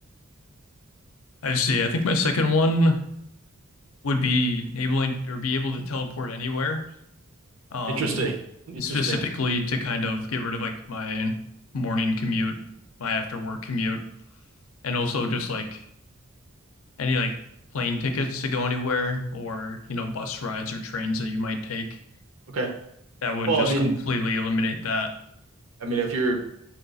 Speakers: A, on the left; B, on the right.
A: I see. I think my second one would be enabling or be able to teleport anywhere. Um,
B: Interesting. Interesting.
A: specifically to kind of get rid of like my morning commute, my after work commute, and also just like Any like plane tickets to go anywhere or, you know, bus rides or trains that you might take?
B: Okay.
A: That would
B: Well,
A: just
B: I mean,
A: completely eliminate that.
B: I mean, if your